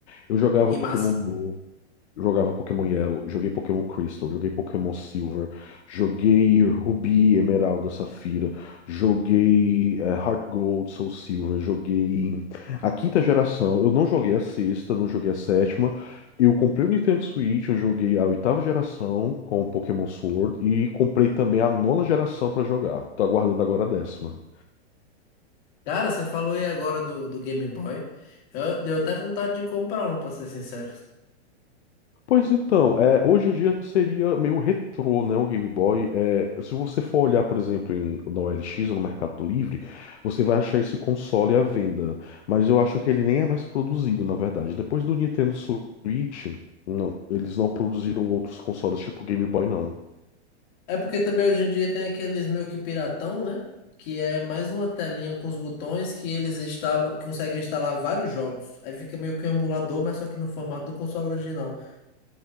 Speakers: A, on the left; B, on the left.
A: Eu jogava
B: Que
A: Pokémon
B: massa.
A: Go. Jogava Pokémon Yellow, joguei Pokémon Crystal, joguei Pokémon Silver, joguei Rubi, Emeralda, Safira, joguei eh, Heart Gold, Soul Silver, joguei a quinta geração. Eu não joguei a sexta, não joguei a sétima. Eu comprei o Nintendo Switch, eu joguei a oitava geração com Pokémon Sword e comprei também a nona geração pra jogar. Tô aguardando agora a décima.
B: Cara, você falou aí agora do, do Game Boy. Eu, deu até vontade de comprar um, pra ser sincero.
A: Pois então, é, hoje em dia seria meio retrô, né, o Game Boy. É, se você for olhar, por exemplo, em, na OLX ou no Mercado Livre, você vai achar esse console à venda. Mas eu acho que ele nem é mais produzido, na verdade. Depois do Nintendo Switch, não, eles não produziram outros consoles tipo Game Boy, não.
B: É porque também hoje em dia tem aqueles meio que piratão, né? Que é mais uma telinha com os botões que eles instalam, conseguem instalar vários jogos. Aí fica meio que um emulador, mas só que no formato do console original.